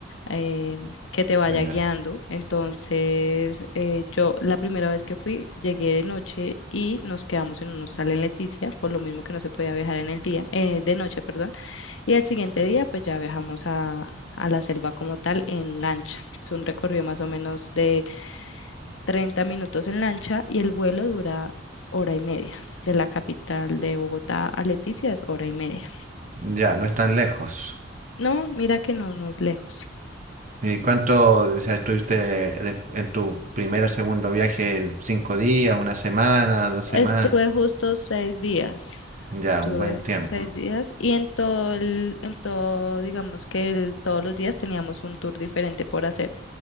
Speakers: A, on the left; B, on the right.
A: eh, que te vaya
B: mira,
A: guiando. Entonces, eh, yo la primera vez que fui, llegué de noche y nos quedamos en un hostal en Leticia, por lo mismo que no se podía viajar en el día, eh, de noche, perdón. Y al siguiente día, pues ya viajamos a, a la selva como tal en lancha. Es un recorrido más o menos de Treinta minutos en lancha y el vuelo dura hora y media. De la capital de Bogotá a Leticia es hora y media.
B: ya, no es tan lejos.
A: No, mira que no, no es lejos.
B: ¿Y cuánto, o sea, estuviste de- en tu primer o segundo viaje? ¿Cinco días, una semana, dos semanas?
A: Estuve justo seis días.
B: Ya,
A: Estuve
B: un buen tiempo.
A: seis días y en todo el, en todo, digamos que el- todos los días teníamos un tour diferente por hacer,